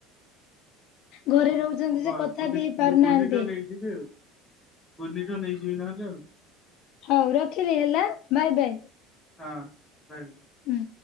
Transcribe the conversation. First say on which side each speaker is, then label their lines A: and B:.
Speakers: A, on the left; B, on the left.
A: ହଁ
B: ଘରେ
A: ହଁ <unintelligible>
B: ରହୁଛନ୍ତି ଯେ କଥା ବି ହେଇ ପାରୁନାହାନ୍ତି।
A: ମୁଁ ମନିଟର ହେଇଯିବି ଆଉ। ମନିଟର ନେଇଯିବି ନହେଲେ ଆଉ।
B: ହୋଉ ରଖିଲି ହେଲା ବାଏ ବାଏ।
A: ହଁ ବାଏ।
B: ହୁଁ।